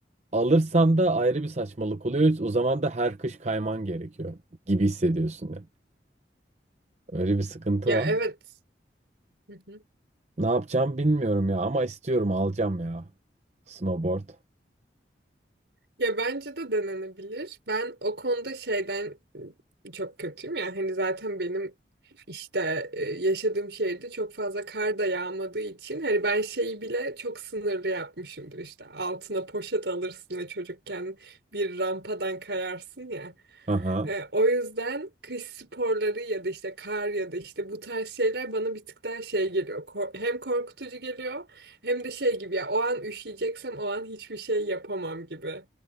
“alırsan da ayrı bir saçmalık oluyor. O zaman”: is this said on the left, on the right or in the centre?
Right